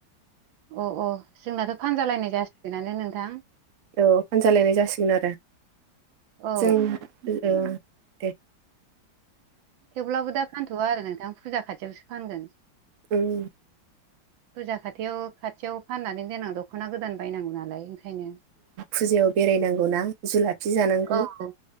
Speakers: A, on the right (about 80°); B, on the right (about 65°).
A: अ अ जोंनाथ' फानजालायनाय जासिगोनानो नोंथां
B: औ फानजालायनाय जासिगोन आरो
A: औ
B: जों दे
A: थेवब्लाबो दा फानथ'वा आरो नोंथां फुजा खाथियावसो फानगोन
B: उम
A: फुरजा खाथियाव खाथियाव फाननानै देनां दख'ना गोदान बायनांगौ नालाय ओंखायनो
B: फुजायाव बेरायनांगौनाा जुलाफि जानांगौ
A: औ